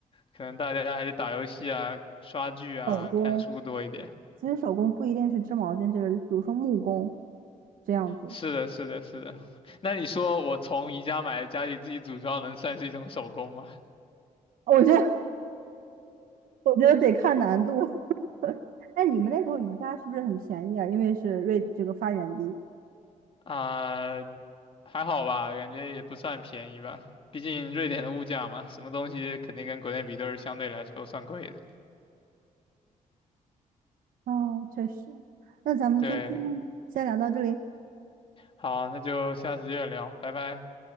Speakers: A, on the left; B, on the right.
A: 可能大家还是打游戏啊、刷剧啊、
B: 手工。
A: 看书多一点。
B: 其实手工不一定是织毛巾这个，比如说木工这样子，
A: 是的，是的，是的。那你说我从宜家买家里自己组装，能算是一种手工吗？
B: 我觉得我觉得得看难度。<laughs> 哎，你们那头瑜伽是不是很便宜啊？因为是瑞这个发源地。
A: 啊、还好吧，感觉也不算便宜吧。毕竟瑞典的物价嘛，什么东西肯定跟国内比都是相对来说算贵的。
B: 哦，确实。那咱们今天先聊到这里。
A: 对，好，那就下次接着聊，拜拜。